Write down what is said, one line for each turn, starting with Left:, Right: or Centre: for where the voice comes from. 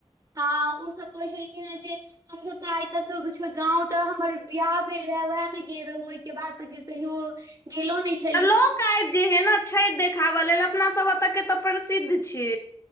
Right: हँ ओ सब कहै छलखिन हे जे हमस तऽ आइ तक किछो गाँंव तऽ हम बियाह भेल रहे वएह में गेल रहौ ओहि के बाद त कहियो गेलो नहि छ
Left: तऽ लोक आबि जे हे ने छठि देखाबय लेल अपना सब एतऽ के तऽ प्रसिद्ध छि